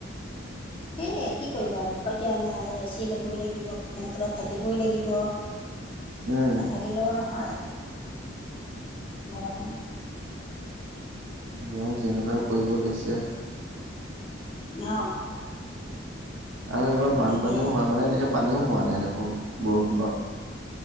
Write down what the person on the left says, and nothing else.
এই কি কৰিবা আৰু উপাইটো নাই এ, চি, ল'বই লাগিব ফেন তলত থাকিবই লাগিব।
নাথাকিলেও নহয় গৰম।
অঁহ!
তাকে